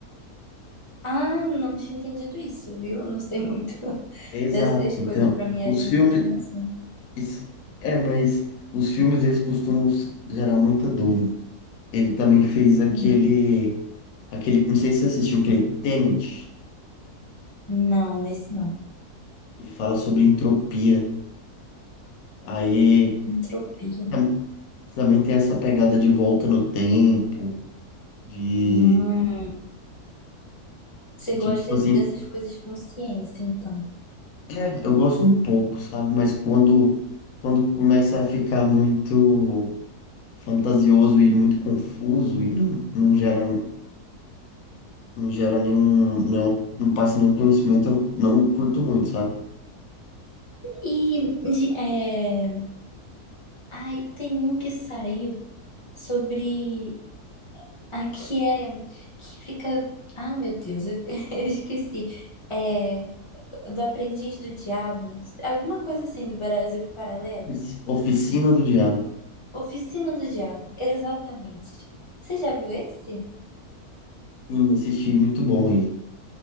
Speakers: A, on the left (about 30°); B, on the left (about 65°).
A: Ah, não tinha entendido isso, viu? Não sei muito <laughs>
B: É exato.
A: dessas coisas.
B: Então,
A: Pra mim era
B: os
A: em outra
B: filmes
A: dimensão.
B: Isso- É, mas os filmes eles costumam s- gerar muita dúvida. Ele também fez aquele,
A: Hum.
B: aquele, não sei se você assistiu aquele Tenet.
A: Não, esse não.
B: Ele fala sobre entropia. Aí
A: Entropia.
B: tam- também tem essa pegada de volta no tempo, de,
A: Hum, você
B: de
A: gosta
B: tipo assim,
A: dessas coisas com ciência, então.
B: é, eu gosto um pouco, sabe? Mas quando quando começa a ficar muito fantasioso e muito confuso e não, não gera não gera nenhum, não, não passa nenhum conhecimento, eu não curto muito, sabe?
A: E de, é, ai, tem um que saiu sobre a que é que fica. Ah, meu Deus, eu, <laughs> eu esqueci. É, do Aprendiz do Diabo, alguma coisa assim do Brasil Paralelo?
B: Ofici- Oficina do Diabo.
A: Oficina do Diabo, exatamente. Você já viu esse?
B: Sim, assisti, muito bom aí.